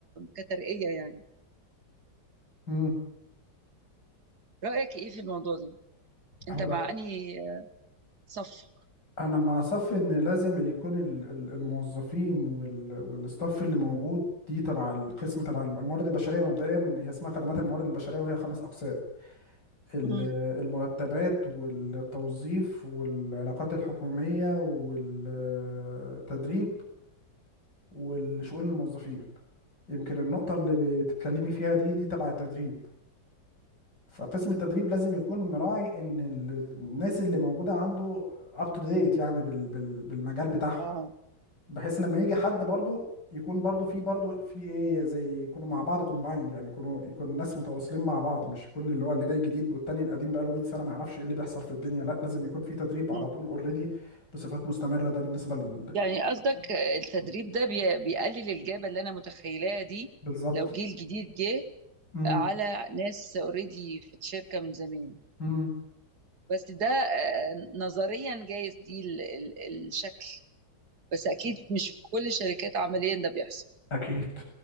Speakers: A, on the right; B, on the left.
A: كترقيه يعني
B: مم.
A: رايك ايه في الموضوع ده انت
B: هو
A: مع انهي صف
B: انا مع صف ان لازم اللي يكون ال- ال- الموظفين وال- والستاف اللي موجود دي تبع القسم تبع الموارد البشريه مبدئيا هي اسمها خدمات الموارد البشريه وهي خمس اقسام ال-
A: مم.
B: المرتبات والتوظيف والعلاقات الحكوميه والتدريب والشؤون الموظفين يمكن النقطه اللي بتتكلمي فيها دي دي تبع التدريب فقسم التدريب لازم يكون مراعي ان ال- الناس اللي موجوده عنده اب تو ديت يعني بال بال بالمجال بتاعهم
A: اه
B: بحيث لما يجي حد برضو يكون برضو في برضو في ايه زي يكونوا مع بعض كومبايند يعني يكونوا يكون الناس متواصلين مع بعض مش يكون اللي هو اللي جاي جديد والتاني القديم بقاله 100 سنه ما يعرفش ايه اللي بيحصل في الدنيا لا لازم يكون في تدريب على
A: مم.
B: طول اوريدي بصفات مستمره ده بالنسبه لل
A: يعني قصدك التدريب ده بي- بيقلل الجابه اللي انا متخيلاها دي
B: بالظبط
A: لو جيل جديد جه
B: امم
A: على ناس اوريدي في الشركة من زمان
B: امم
A: بس ده آه، نظريا جايز دي ال- ال- الشكل بس اكيد مش في كل الشركات عمليا ده بيحصل
B: اكيد